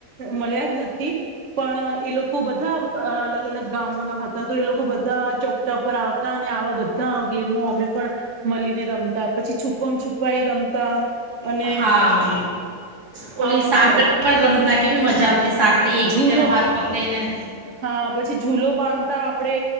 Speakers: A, on the right; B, on the right.
A: મળ્યા જ નથી પણ એ લોકો બધા અલગ અલગ ગામોના હતા તો એ લોકો બધા ચોકટા પર આવતા અને આવા બધા ગેમો અમે પણ મળીને રમતા પછી છુપમ છુપાઈ રમતા અને
B: હા ઓલી
A: આ
B: સાંકડી પણ રમ કેવી મજા સાંકળી એકબીજાનો
A: ઝૂલો
B: હાથ પકડીને
A: હા પછી ઝૂલો બાંધતા આપડે